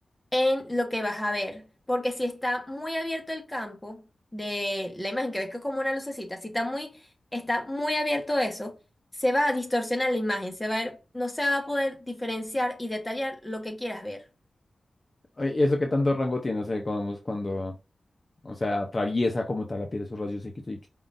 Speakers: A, in the centre; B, on the left.
A: en lo que vas a ver. Porque si está muy abierto el campo de la imagen, que ves que es como una lucecita, si está muy, está muy abierto eso, se va a distorsionar la imagen, se va a ver, no se va a poder diferenciar y detallar lo que quieras ver.
B: Oye, ¿y ¿Eso qué tanto rango tiene? O sea, digamos, cuando, o sea, atraviesa como tal la piel esos rayos X. y-